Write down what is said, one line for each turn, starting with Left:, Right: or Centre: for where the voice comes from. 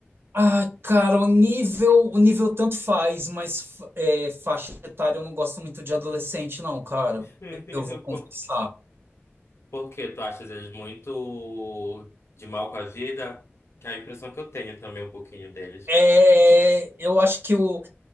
Right: Ah, cara, o nível, o nível tanto faz, mas fa- é, faixa etária eu não gosto muito de adolescente, não, cara.
Left: <laughs>
Right: Eu vou confessar.
Left: Por, por quê? Tu achas eles muito de mal com a vida? Que é a impressão que eu tenho também um pouquinho deles.
Right: É, eu acho que o,